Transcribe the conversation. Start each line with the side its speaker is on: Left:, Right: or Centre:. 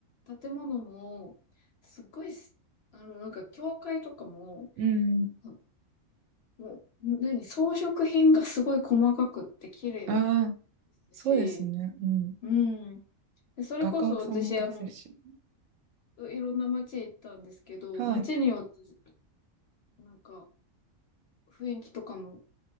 Left: 建物も、すっごいす、あの、なんか教会とかも、
Right: うん。
Left: あもう、何、装飾品がすごい細かくって綺麗で
Right: ああ、そうですね。
Left: すし、
Right: うん。
Left: うん。で、それこそ私、
Right: 画家さんもたくさんいるし。
Left: あの、いろんな街行ったんですけど、
Right: はい。
Left: 街によって、なんか雰囲気とかも